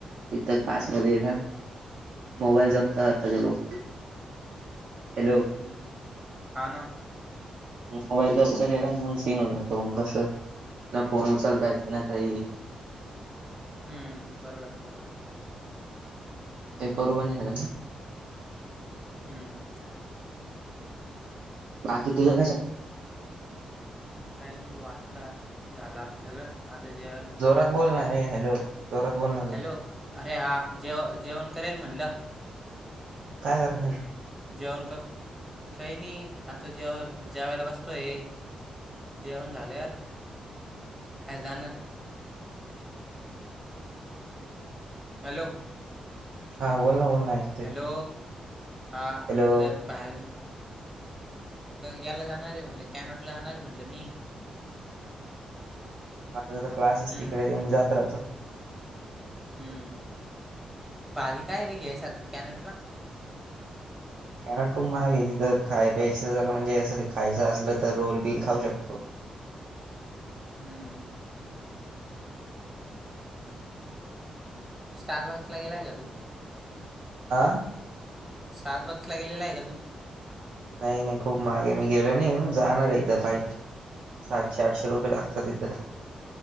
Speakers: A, on the right; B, on the right.
A: इत काल्समध्ये का मोबाईल जप्त करतात ते लोक. हॅलो.
B: हूं हााना.
A: मोबाईल जप्त केला आणि मग सीन होन जातो मग कसं ना फोन उचलतायेतं ना काही
B: हम्म बरोबर आहे बरोबर आहे.
A: ते करू पण श
B: हम्म.
A: बाकी तुझ्या
B: काही नाही बो आत्ता झाला आता सगळं. आाता जेवाला
A: जोरात
B: जेवण
A: बोल
B: करे
A: ना हे हॅलो जोरात बोल ना तू
B: हॅलो अरे हा जेव जेवण करेल म्हणलं.
A: काय करणार.
B: जेवण कर काही नाही आता जेव जेवायला बसतोय. जेवण झाल्यावर बाहेर जाणार त हॅलो!
A: हा बोल ना बोल. ऐकतोय
B: हॅलो! हा
A: हॅलो
B: मलब. बाहेर याला जाणार आहे म्हणलं कॅनॉटला जाणार आहे म्हणलं मी
A: माझा तर क्लासच
B: हम्म
A: तिकडे तर मी जात राहतो.
B: हम्म भारी काय रे घ्यासारखं कॅनटला.
A: कॅनट खूप महाग आहे त तर खाय प्यायच म्हणजे असं खायचं असलं तर रोल बिल खाऊ शकतो.
B: हम्म. स्टार बॉक्स ला गेलाय का तू
A: आह.
B: स्टारबक्स ला गेलेला आहे का तू.
A: नाही नाही खूप महाग आहे मी गेलो नाही जाणार एकदा पाईल. सातशे आठशे रुपये लागतात तिथं-